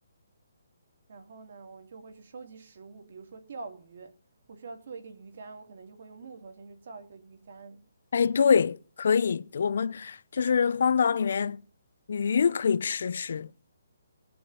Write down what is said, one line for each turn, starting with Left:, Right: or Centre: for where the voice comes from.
Right: 然后呢，我就会去收集食物，比如说钓鱼，我需要做一个鱼竿，我可能就会用木头先去造一个鱼竿，
Left: 哎，对，可以，我们就是荒岛里面鱼可以吃吃。